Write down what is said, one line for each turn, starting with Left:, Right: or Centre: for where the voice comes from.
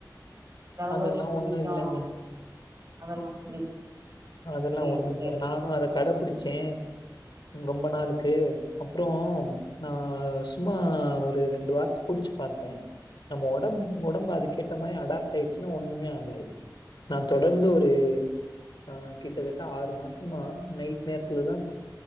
Right: ஜலதோஷம்
Left: அதெல்லாம்
Right: புடிக்கு
Left: ஒண்ணும் இல்லங்க.
Right: அதெல்லா <inaudible>
Left: அதெல்லா
Right: சேரி
Left: ஒண்ணு இல்ல
Right: சேரி
Left: நானும் அத கடைபிடிச்சே ரொம்ப நாளுக்கு அப்புறம் நான் சும்மா ஒரு ரெண்டு வாரத்தை புடிச்சு பார்த்தேன் நம்ம உடம்பு உடம்பு அது கேட்ட மாதிரி அடாப்ட் ஆயிடுச்சுன்னா ஒண்ணுமே ஆகாது நான் தொடர்ந்து ஒரு ஆ கிட்டத்தட்ட ஆறு மாசமா நைட் நேரத்துல தான்